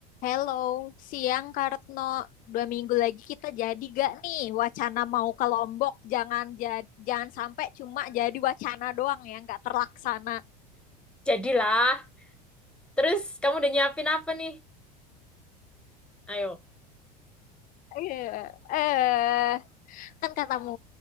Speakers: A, on the left; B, in the centre.
A: Hello, siang Kartno. Dua minggu lagi kita jadi gak nih wacana mau ke Lombok? Jangan ja- jangan sampai cuma jadi wacana doang ya, nggak terlaksana.
B: Jadilah. Terus kamu udah nyiapin apa nih? Ayo.
A: Iya, eh kan katamu,